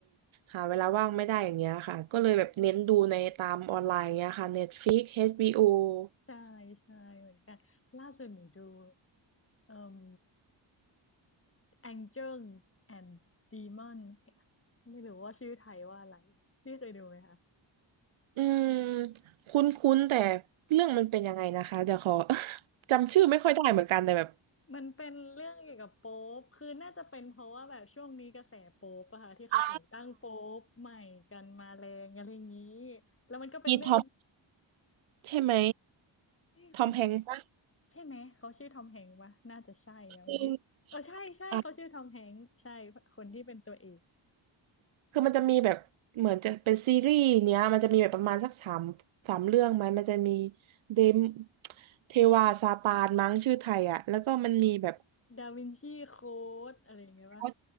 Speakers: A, on the right; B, on the left.
A: หาเวลาว่างไม่ได้อย่างเงี้ยค่ะก็เลยแบบเน้นดูในตามออนไลน์อย่างเงี้ยค่ะ Netflix HBO อชบีโอ
B: ใช่ใช่เหมือนกันล่าสุดหนูดูเอ่ม Angels and Demons เอ๊ะไม่รู้ว่าชื่อไทยว่าอะไรพี่เคยดูไหมคะ
A: อืมคุ้นๆแต่เรื่องมันเป็นยังไงนะคะเดี๋ยวขอ <laughs> จำชื่อไม่ค่อยได้เหมือนกันแต่แบบ
B: มันเป็นเรื่องเกี่ยวกับโป๊ปคือน่าจะเป็นเพราะว่าแบบช่วงนี้กระแสโป๊ปอะค่ะที่เขาแต่งตั้งโป๊ปใหม่กันมาแรงอะไรอย่างนี้
A: อ่า
B: แล้วมันก็เป็นเรื่อง
A: มีทอมใช่ไหม
B: ที่คน
A: ทอมแฮงค์ปะ
B: ใช่ไหมเขาชื่อทอมแฮงค์ปะน่าจะใช่นะพี่เออใช่ใช่เขาชื่อทอมแฮงค์ใช่คนที่เป็นตัวเอก
A: อมอ่ะ คือมันจะมีแบบเหมือนจะเป็นซีรีส์เนี้ยมันจะมีแบบประมาณสักสามสามเรื่องไหมมันจะมีเดมเทวาซาตานมั้งชื่อไทยอ่ะแล้วก็มันมีแบบ
B: ดาวินชีโค้ดอะไรอย่างเงี้ยปะ
A: เออ